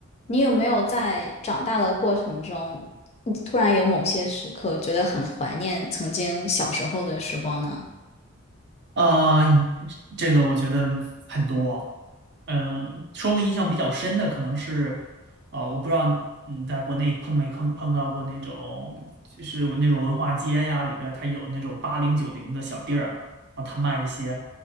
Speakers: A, on the left (about 30°); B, on the right (about 55°).
A: 你有没有在长大的过程中，你突然有某些时刻觉得很怀念曾经小时候的时光呢？
B: 呃，这个我觉得很多，嗯、说个印象比较深的，可能是，呃，我不知道，嗯，在国内碰没碰碰到过那种，就是我那种文化街呀，里边儿它有那种八零九零的小店儿，然后他卖一些